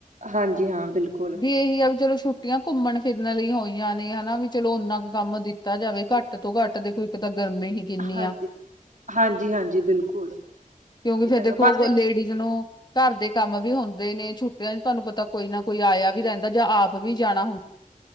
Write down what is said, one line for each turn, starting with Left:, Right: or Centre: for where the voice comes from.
Right: ਹਾਂਜੀ ਹਾਂ ਬਿਲਕੁਲ
Left: ਵੀ ਇਹੀ ਆ ਵੀ ਚਲੋ ਸ਼ੁੱਕ। ਛੁੱਟੀਆਂ ਘੁੰਮਣ ਫਿਰਨ ਲਈ ਹੋਈਆਂ ਨੇ ਹਨਾ ਵੀ ਚਲੋ ਓਨਾ ਕੁ ਕੰਮ ਦਿੱਤਾ ਜਾਵੇ ਘੱਟ ਤੋਂ ਘੱਟ ਦੇਖੋ ਇੱਕ ਤਾਂ ਗਰਮੀ ਹੀ ਕਿੰਨੀ
Right: ਹਾਂਜੀ,
Left: ਆ
Right: ਹਾਂਜੀ, ਹਾਂਜੀ ਬਿਲਕੁਲ
Left: ਕਿਉਂਕਿ
Right: ਇਹ
Left: ਫੇਰ
Right: ਤਾਂ
Left: ਦੇਖੋ
Right: ਹੈਗਾ ਬਸ
Left: ਲੇਡੀਜ਼ ਨੂੰ ਘਰ ਦੇ ਕੰਮ ਵੀ ਹੁੰਦੇ ਨੇ ਛੁੱਟਿਆਂ ਚ ਤੁਹਾਨੂੰ ਪਤਾ ਕੋਈ ਨਾ ਕੋਈ ਆਇਆ ਵੀ ਰਹਿੰਦਾ ਜਾਂ ਆਪ ਵੀ ਜਾਣਾ ਹੁੰਦਾ।